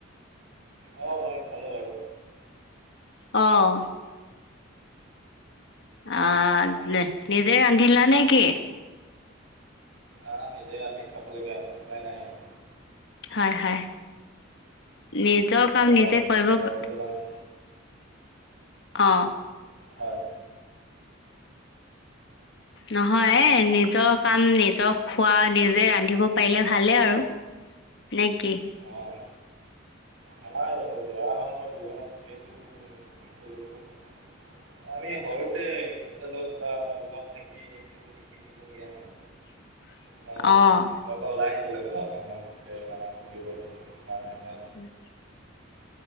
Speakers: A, on the right; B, on the left.
A: অঁ অঁ মই খালোঁ আৰু
B: অহ অহ
A: উম,
B: নি নিজেই ৰান্ধিলা নে কি
A: অ নিজে ৰান্ধি খাব লগীয়া হল উপায় নাই আৰু
B: হয় হয় নিজৰ
A: আৰু
B: কাম
A: গৰম
B: নিজে কৰিব
A: গৰমটো কাৰণে
B: অ।
A: হয়।
B: নহয় নিজৰ কাম, নিজৰ খোৱা, নিজে ৰান্ধিব পাৰিলে ভালে আৰু। নেকি?
A: অঁ আমাৰ ল'ৰা মানুহৰ জীৱনত এইটো এক্সুৱেলি বহুত আমি সৰুতে হোষ্টেলত বা ৰুমত থাকি, এইবোৰ শিকিব লগীয়া হয়।
B: <inaudible>
A: কাৰণ
B: অঁ
A: ঘৰ পা ওলাই আহিব লাগে ন কামত, দেওবাৰ পঢ়িব কাৰণে বা
B: উম।